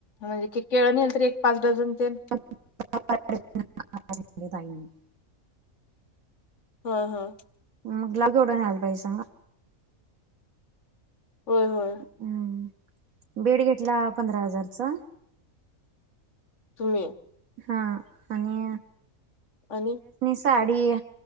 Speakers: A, on the left; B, on the right.
A: म्हणजे की केळ नेलं तर एक पाच डझन तेन
B: <inaudible>
A: हा हा
B: मग लग एवढं नाही हला पाजे सांा
A: होय होय
B: हम्म बेड घेतला पंधरा हजारचा
A: तुम्ही
B: हा आणि
A: आणि
B: साडी